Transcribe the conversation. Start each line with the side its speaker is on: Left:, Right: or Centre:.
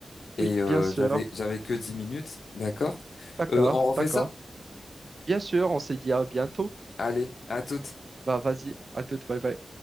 Left: Et
Right: Oui,
Left: euh,
Right: bien sûr.
Left: j'avais j'avais que 10 minutes, d'accord?
Right: D'accord,
Left: Euh, on refait
Right: d'accord.
Left: ça?
Right: Bien sûr, on se dit à bientôt.
Left: Allez, à toutes.
Right: Bah, vas-y, à toute, bye bye.